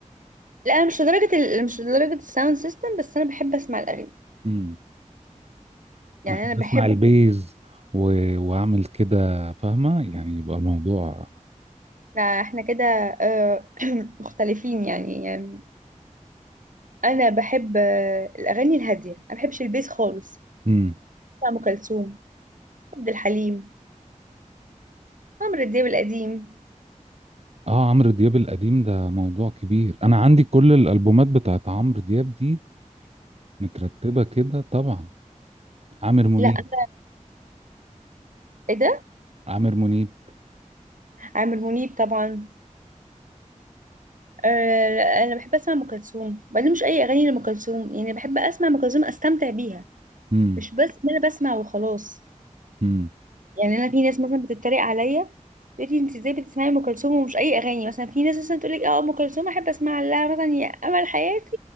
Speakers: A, on the right; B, on the right.
A: لا أنا مش لدرجة ال... مش لدرجة الساوند سيستم بس أنا بحب أسمع الأغاني
B: امم
A: يعني
B: انا احب
A: أنا بحب
B: اسمع البيز و... واعمل كده فاهمه يعني يبقى الموضوع
A: إحنا إحنا كده آه، <clears throat> مختلفين يعني. يعني أنا بحب آه، الأغاني الهادية أنا بحبش البيس خالص
B: امم
A: بتاع أم كلثوم عبد الحليم عمرو دياب القديم
B: اه عمرو دياب القديم ده موضوع كبير انا عندي كل الالبومات بتاعت عمرو دياب دي مترتبه كده طبعا عامر منيب
A: لا أنا إيه ده
B: عامر منيب
A: عامر منيب طبعا آه، لا، أنا بحب أسمع أم كلثوم وبعدين مش أي أغاني لأم كلثوم يعني بحب أسمع أم كلثوم أستمتع بيها
B: امم
A: مش بس إن أنا بسمع وخلاص
B: امم
A: يعني انا في ناس مثلا بتتريق عليا تقول لي انت ازاي بتسمعي ام كلثوم ومش اي اغاني مثلا في ناس مثلا تقول لك اه ام كلثوم احب اسمع لها مثلا يا امل حياتي